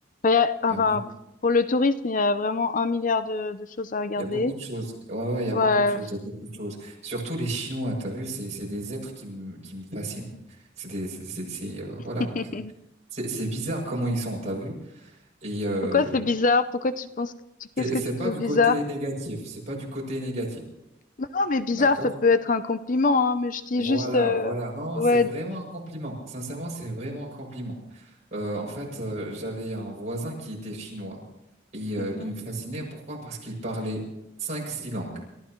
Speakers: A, on the left; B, on the right.
A: il y a- enfin,
B: Ah,
A: pour le tourisme, il y a vraiment un milliard de, de choses à regarder.
B: Il y a beaucoup de choses. Ouais, ouais, il y a
A: Ouais.
B: beaucoup de choses. Il y a beaucoup de choses. Surtout les Chinois, t'as vu, c'est, c'est des êtres qui me, qui me fascinent. C'est des, c'est, c'est, c'est, euh,
A: <laughs>
B: voilà, donc, euh, c'est, c'est bizarre comment ils sont, t'as vu. Et, euh,
A: Pourquoi c'est bizarre? Pourquoi tu penses que tu- qu'est-ce
B: c'est
A: que
B: c'est
A: tu
B: pas
A: trouves
B: du
A: bizarre?
B: côté négatif. C'est pas du côté négatif.
A: Non, non, mais bizarre,
B: D'accord?
A: ça peut être un compliment, hein, mais je dis
B: Voilà,
A: juste, euh,
B: voilà. Non,
A: ouais,
B: c'est vraiment un compliment. Sincèrement, c'est vraiment un compliment. Euh, en fait, euh, j'avais un voisin qui était chinois. Et, euh,
A: mhm,
B: il me fascinait. Pourquoi? Parce qu'il parlait cinq, six langues.